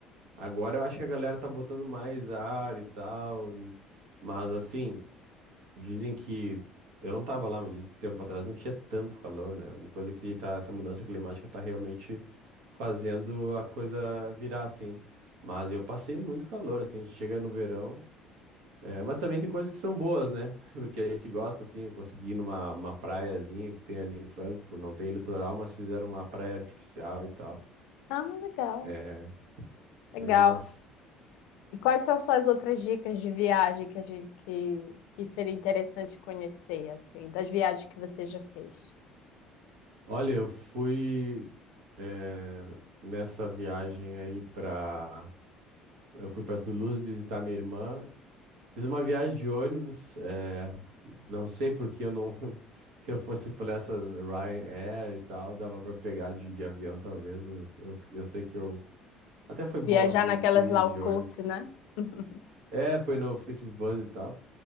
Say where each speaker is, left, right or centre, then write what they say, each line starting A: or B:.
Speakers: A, on the right; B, on the left.
A: agora eu acho que a galera tá botando mais ar e tal. E... Mas assim. Dizem que. Eu não tava lá, mas dizem que tempo atrás não tinha tanto calor, né? Uma coisa que tá. Essa mudança climática tá realmente fazendo a coisa virar assim. Mas eu passei muito calor, assim. A gente chega no verão. é, mas também tem coisas que são boas, né? <laughs> Porque a gente gosta, assim, eu consegui ir numa uma praiazinha que tem ali em Frankfurt, não tem litoral, mas fizeram uma praia artificial e tal.
B: Ah, legal,
A: É,
B: legal.
A: bem massa.
B: E quais são suas outras dicas de viagem que a gente que, que seria interessante conhecer, assim, das viagens que você já fez?
A: Olha, eu fui, eh, nessa viagem aí pra. Eu fui para Toulouse visitar minha irmã. Fiz uma viagem de ônibus. é não sei porque eu não. <laughs> Se eu fosse por essas Ryanair e tal, dava para pegar de, de avião talvez, mas eu, eu sei que eu. Até foi bom,
B: Viajar
A: assim,
B: naquelas
A: eu quis ir
B: low
A: de
B: cost,
A: ônibus.
B: né? <laughs>
A: É, foi no Flixbus e tal.